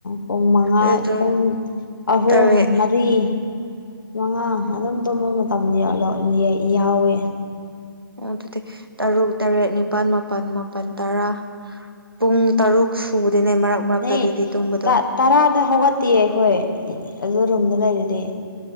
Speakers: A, on the left; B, on the right.
A: ꯄꯨꯡ ꯃꯉꯥ
B: ꯑꯗꯨ
A: ꯄꯨꯡ ꯑꯍꯨꯝ
B: ꯇꯔꯦꯠ
A: ꯃꯔꯤ ꯃꯉꯥ ꯑꯗꯨꯝ ꯇꯨꯝꯕ ꯃꯇꯝ ꯌꯥꯎꯋꯦ
B: ꯑꯣ ꯑꯗꯨꯗꯤ ꯇꯔꯨꯛ ꯇꯔꯦꯠ ꯅꯤꯄꯥꯜ ꯃꯥꯄꯜ ꯃꯥꯄꯜ ꯇꯔꯥ ꯄꯨꯡ ꯇꯔꯨꯛ ꯁꯨꯗꯦꯅꯦ ꯃꯔꯛ ꯃꯔꯛꯇ
A: ꯅꯤ
B: ꯑꯗꯨꯗꯤ ꯇꯨꯝꯕꯗꯣ
A: ꯇꯔꯥꯗ ꯍꯧꯒꯠꯇꯤꯌꯦ ꯑꯩꯈꯣꯏ ꯑꯗꯨ ꯔꯨꯝꯗ ꯂꯩꯔꯗꯤ